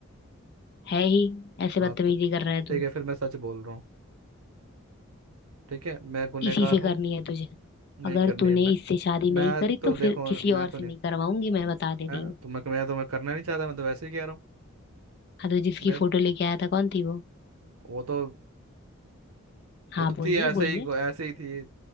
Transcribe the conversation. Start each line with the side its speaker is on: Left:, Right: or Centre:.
Left: है ही ऐसे
Right: हाँ
Left: बदतमीजी
Right: तो
Left: कर रहा है तू
Right: ठीक है फिर मैं सच बोल रहा हूँ ठीक है मैं गुनहगार
Left: इसी से करनी
Right: हूँ
Left: है तुझे
Right: नहीं
Left: अगर
Right: करनी
Left: तूने
Right: है। मैं
Left: इससे शादी
Right: मैं
Left: नहीं करी
Right: तो
Left: तो
Right: देखो
Left: फिर किसी
Right: मैं
Left: और
Right: तो
Left: से
Right: नहीं
Left: नहीं करवाऊंगी मैं बता दे रही
Right: है
Left: हूँ
Right: तो मैं मैं तो मैं करना नहीं चाहता मैं तो वैसे ही कह रहा हूँ
Left: हाँ तो जिसकी
Right: मेरे
Left: फोटो लेके आया था कौन थी वो
Right: वो तो
Left: हाँ
Right: वो तो
Left: बोल
Right: थी
Left: ले
Right: ऐसे
Left: बोल
Right: ही
Left: ले
Right: ऐसे ही थी